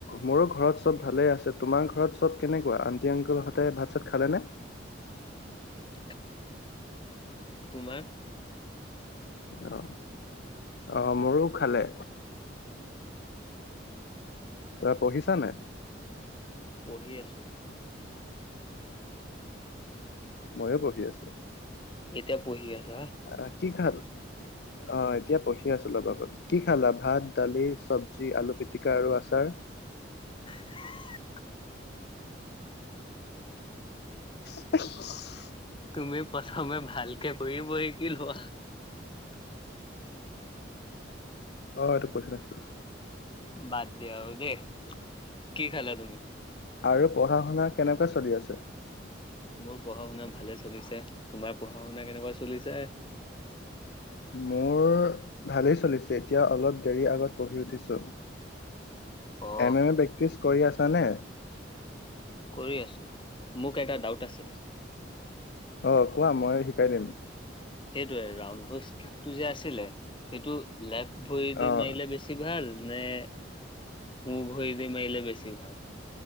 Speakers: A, on the left (about 55°); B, on the left (about 25°).
A: মোৰো ঘৰত চব ভালে আছে তোমাৰ ঘৰত চব কেনেকুৱা আটি অংকুল হতে ভাত চাত খালে নে।
B: <unintelligible> তোমাৰ
A: অ অ মোৰো খালে। তা পঢ়িছা নাই।
B: পঢ়ি আছো।
A: ময়ো পহি আছো।
B: এতিয়াও পহি আছা।
A: অ কি খাল অ এতিয়া পঢ়ি আছো অলব আগত। কি খালা ভাত দালি চব্জি আলু পিটিকা আৰু আচাৰ।
B: <unintelligible>
A: <unintelligible>
B: তুমি প্ৰথমে ভালকে কৰিব শিকি লোৱা।
A: অ', এইটো কৈছিলা চোন।
B: বাদ দিয়া আৰু দেই, কি খালা তুমি?
A: আৰু পঢ়া শুনা কেনেকুৱা চলি আছে?
B: মোৰ পঢ়া শুনা ভালে চলিছে, তোমাৰ পঢ়া শুনা কেনেকুৱা চলিছে?
A: মোৰ ভালেই চলিছে, এতিয়া অলপ দেৰি আগত পঢ়ি উঠিছো।
B: অ
A: এম, এম এ প্ৰেক্টিচ কৰি আছা নে?
B: কৰি আছো, মোক এটা ডাউট আছিলে।
A: অ', কোৱা মই শিকাই দিম।
B: সেইটোৱে ৰাউড হোচটো যে আছিলে, সেইটো লেফ্ট ভৰি দি
A: অঁ
B: মাৰিলে বেছি ভাল, নে সোঁ ভৰি দি মাৰিলে বেছি ভাল?